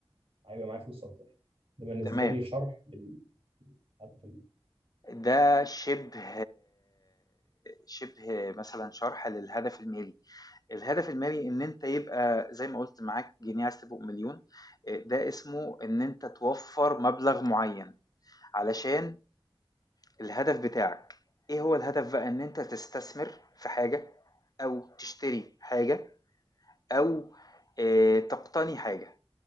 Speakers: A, on the right; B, on the left.
A: هيبقى معايا فلوس اكتر ده بالنسبه
B: تمام.
A: لي شرح للهدف ال-
B: ده شبه شبه مثلا شرح للهدف المالي الهدف المالي ان انت يبقى زي ما قلت معاك جنيه عايز تبقى مليون ده اسمه ان انت توفر مبلغ معين علشان الهدف بتاعك ايه هو الهدف بقى ان انت تستثمر في حاجة او تشتري حاجة او آه، تقتني حاجة